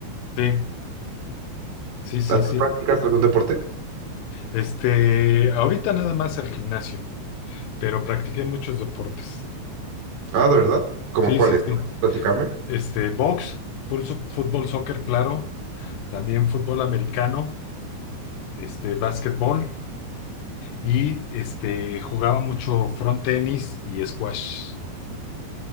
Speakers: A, on the left; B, on the right.
A: Sí, sí, sí,
B: ¿Ah,
A: sí.
B: ¿Tú practicas algún deporte?
A: Este, ahorita nada más al gimnasio, pero practiqué muchos deportes.
B: Ah, ¿de verdad? ¿Cómo
A: Sí,
B: cuál
A: sí,
B: es?
A: sí.
B: Platícame.
A: Este, box, full so- fútbol, soccer, claro, también fútbol americano, este, básquetbol y este, jugaba mucho front tenis y squash.